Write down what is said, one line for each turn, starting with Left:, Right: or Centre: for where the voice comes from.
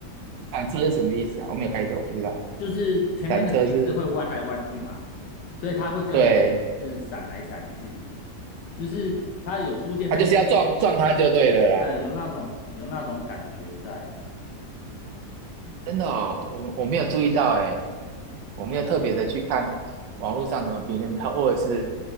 Right: 铲车是什么意思啊？我没有开车，我不知道。
Left: 就是前面的骑士会弯来弯去嘛，
Right: 铲车是，
Left: 所以他会跟着是闪来闪去，
Right: 对，
Left: 就是他有出现在
Right: 他就是要撞撞他就对了啦。
Left: 呃有那种有那种感觉在，
Right: 真的哦，我我没有注意到诶，我没有特别的去看网络上怎么评论他，
Left: 没啊
Right: 或者是